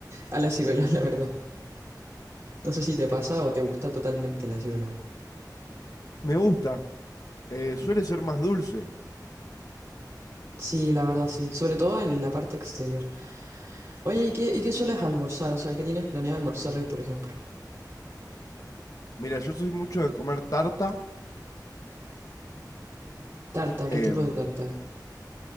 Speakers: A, on the right; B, on the left.
A: a las ciruelas, <laughs> la verdad. No sé si te pasa o te gusta totalmente la ciruela.
B: Me gusta. Eh, suele ser más dulce.
A: Sí, la verdad sí, sobre todo en la parte exterior. Oye, ¿y qué, y qué sueles almorzar? O sea, ¿qué tienes planeado almorzar hoy, por ejemplo?
B: Mira, yo soy mucho de comer tarta.
A: Tarta, ¿qué
B: em,
A: tipo de tarta?